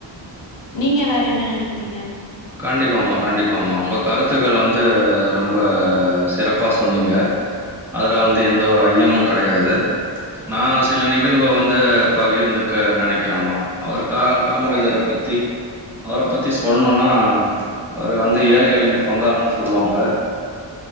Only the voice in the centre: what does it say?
கண்டிப்பாம்மா கண்டிப்பாம்மா உங்க கருத்துக்கள் வந்து ரொம்ப சிறப்பா சொன்னீங்க அதல வந்து எந்த ஒரு ஐயமு கடையாது நா சில நிகழ்வு வந்து பகிர்ந்துக்க நெனைக்கிறேமா அவர் கா காமராஜர பத்தி அவர பத்தி சொல்ணுன்னா அவர வந்து ஏழைகளின் பங்காளன் சொல்லுவாங்க